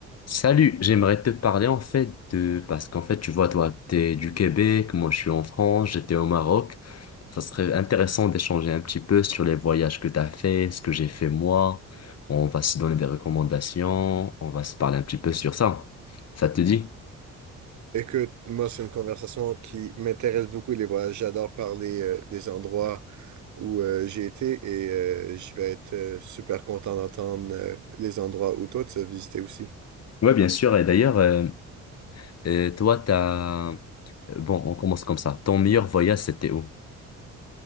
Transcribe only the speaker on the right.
Écoute, moi, c'est une conversation qui m'intéresse beaucoup, les voyages. J'adore parler euh, des endroits où euh, j'ai été et euh, je vais être euh, super content d'entendre euh, les endroits où toi, tu as visité aussi.